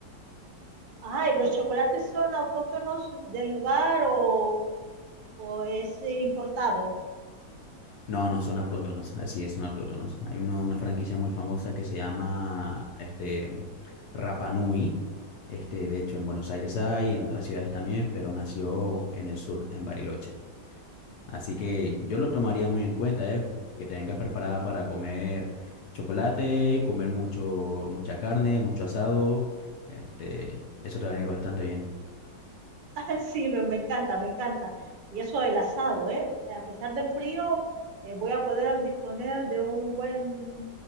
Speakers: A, on the right (about 65°); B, on the left (about 70°).
A: Ah, ¿y ¿los chocolates son autóctonos del lugar o, o es eh, importado?
B: No, no, son autóctonos, así es, son autóctonos. Hay uno- una franquicia muy famosa que se llama este, Rapa Nui. Este, de hecho, en Buenos Aires hay, en otras ciudades también, pero nació en el sur, en Bariloche. Así que yo lo tomaría muy en cuenta, ¿eh? Que te vengas preparada para comer chocolate, comer mucho, mucha carne, mucho asado. Este, eso te va a venir bastante bien.
A: <laughs> Ah, Sí, me, me encanta, me encanta. Y eso del asado, ¿eh? A pesar del frío, eh, voy a poder disponer de un buen